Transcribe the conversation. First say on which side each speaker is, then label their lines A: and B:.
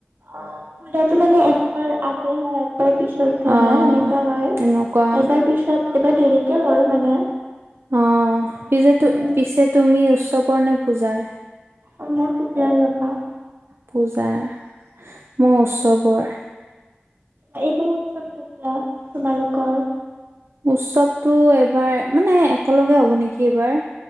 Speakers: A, on the right; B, on the right.
A: অ' পূজাটো মানে একবাৰ আগে হয়, একবাৰ পিছত হয়
B: অ'
A: ন, সেনেকুৱা হয়,
B: এনেকুৱা
A: এবাৰ পিছত এবাৰ দেৰিকে হ'ল মানে।
B: অ' পিছে টো
A: উম
B: পিছে তুমি উৎসৱৰ নে পূজাৰ?
A: অ' মই তোক বেয়া নেপাওঁ।
B: পূজাৰ, মই উৎসৱৰ।
A: এইবোৰ মহোৎসৱ কেতিয়া, তোমালোকৰ?
B: উৎসৱটো এইবাৰ মানে একেলগে হ'ব নেকি এইবাৰ,